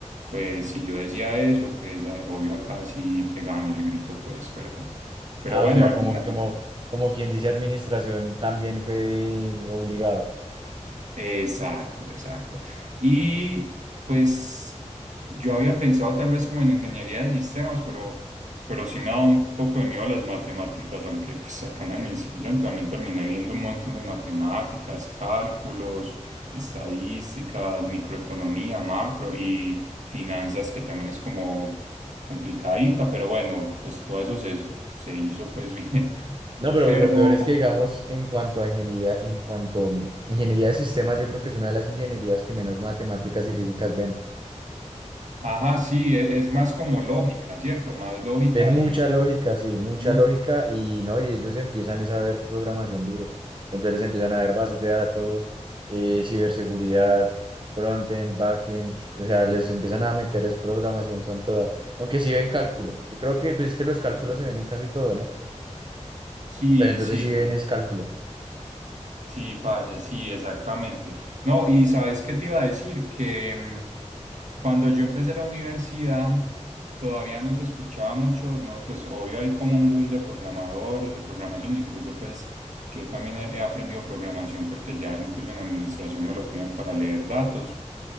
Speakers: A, on the right; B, on the right.
A: pues si yo decía eso, pues a- obvio acá sí pegaban el grito, pues, pero, pero
B: Ah,
A: bueno,
B: o sea,
A: al
B: como,
A: final.
B: como, como quien dice administración también fue obligado.
A: Exacto, exacto. Y pues yo había pensado tal vez como en ingeniería de sistemas, pero, pero sí me da un poco de miedo las matemáticas, aunque pues acá en la administración también terminé viendo un montón de matemáticas, cálculos, estadísticas, microeconomía, macro y finanzas, que también es como complicadita, pero bueno, pues todo eso se, se hizo pues <laughs> bien.
B: No, pero
A: Pero...
B: lo peor es que, digamos, en cuanto a ingeniería, en cuanto mm, ingeniería de sistemas, yo creo que es una de las ingenierías que menos matemáticas y físicas ven.
A: Ajá, sí, e- es más como lógica, ¿cierto? Más lógica
B: Ven mucha
A: y,
B: lógica, sí, mucha
A: Mm,
B: lógica y no, y ellos empiezan es a ver programación duro. Entonces empiezan a ver bases de datos, eh, ciberseguridad, frontend, backend, o sea, les empiezan a meter es programación con toda. Aunque sí ven cálculo. Yo creo que pues, es que los cálculos se ven en casi todo, ¿no?
A: Sí,
B: Pero entonces
A: sí,
B: si bien es cálculo.
A: sí, parce, sí, exactamente. No, y sabes qué te iba a decir, que mm, cuando yo empecé la universidad todavía no se escuchaba mucho, no, pues obvio hay como un boom de programadores, de programación, incluso pues yo también he, he aprendido programación porque ya incluso en administración me lo piden para leer datos.